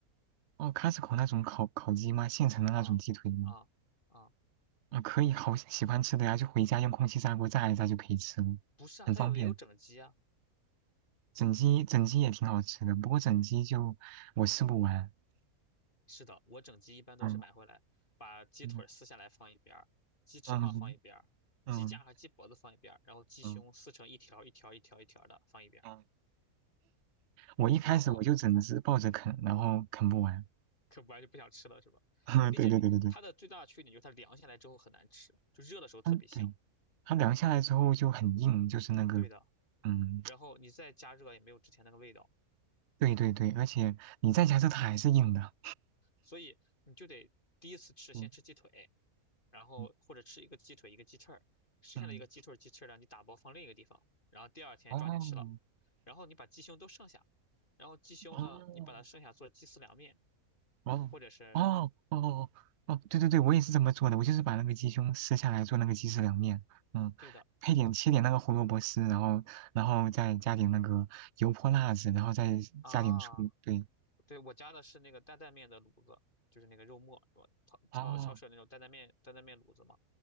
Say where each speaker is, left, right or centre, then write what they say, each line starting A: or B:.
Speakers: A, on the right; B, on the left.
A: 哦，Costco 那种烤烤鸡吗？现成的那种鸡腿吗？
B: 啊啊啊！
A: 啊，可以，好喜欢吃的呀，就回家用空气炸锅炸一炸就可以吃了，
B: 不是啊，
A: 很方便。
B: 它有也有整鸡啊。
A: 整鸡整鸡也挺好吃的，不过整鸡就我吃不完。
B: 是的，我整鸡一般都是买回来，
A: 嗯
B: 把鸡腿儿撕下来放一边儿鸡翅膀放一边儿鸡架和鸡脖子放一边儿然后鸡胸撕成一条一条一条一条的放一边儿
A: 嗯嗯嗯嗯嗯，我一开始我就整只抱着啃，
B: 然后
A: 然后啃不完。
B: 啃不完就不想吃了是吧？
A: <laughs>
B: 并且它的最大的缺点就是它凉下来之后很难吃，
A: 对对对对对，
B: 就热的时候特别香。
A: 嗯对，它凉下来之后就很硬，就是那个
B: 对的，
A: 嗯，
B: 然后你再加热也没有之前那个味道。
A: 对对对，而且你再加热它还是硬的。
B: 所以你就得第一次吃先吃鸡腿，
A: 嗯
B: 然后或者吃一个鸡腿一个鸡翅儿，
A: 嗯
B: 剩下的一个鸡腿鸡翅儿让你打包放另一个地方，
A: 嗯，
B: 然后第二天抓紧吃了，
A: 哦
B: 然后你把鸡胸都剩下，然后鸡胸呢，
A: 哦。
B: 你把它剩下做鸡丝凉面，
A: 哦哦哦哦，
B: 或者是
A: 哦对对对，我也是这么做的，我就是把那个鸡胸撕下来做那个鸡丝凉面，嗯，
B: 对的
A: 配点切点那个胡萝卜丝，然后然后再加点那个油泼辣子，然后再加点醋，
B: 啊，
A: 对，
B: 对我加的是那个担担面的卤子，就是那个肉末，我超超超市有那种担担面担担面卤子嘛，
A: 哦，